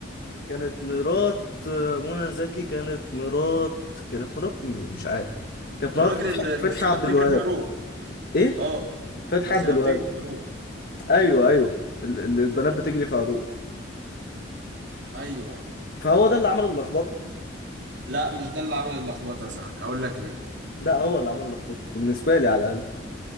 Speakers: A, on the left; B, on the right.
A: كانت مرات آه، منى زكي كانت مرات كانت مرات مين مش عارف كانت
B: الراجل
A: مرات فتحي
B: اللي الخيانة
A: فتحي عبد
B: بتجري
A: الوهاب
B: في عروق
A: ايه
B: اه
A: فتحي
B: الخيانة
A: عبد الوهاب
B: بتجري في عروق
A: ايوه ايوه ال- ال- البنات بتجري في عروق
B: ايوه
A: فهو ده اللي عمل اللخبطه
B: لا مش ده اللي عمل اللخبطة يا صاحبي هقول لك ليه
A: لا هو اللي عمل اللخبطه بالنسبه لي على الاقل